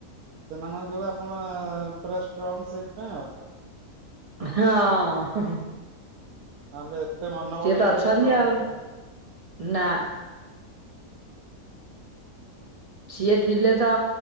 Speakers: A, on the right; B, on the right.
A: ସେମାନଙ୍କ ଯୋଗୁ ଆପଣ ପୁରା ଷ୍ଟ୍ରଙ୍ଗ ସେଇଥିପାଇଁ ଆଉ।
B: ହଁ, ହୁଁ ହୁଁ।
A: ନହେଲେ ଏତେ ମନ ବଳ
B: ତ
A: କୁଆଡେ
B: ଅଛନ୍ତି
A: ଷ୍ଟ୍ରଙ୍ଗ
B: ଆଉ
A: ଆସିବ?
B: ନା। ସିଏ ଥିଲେ ତ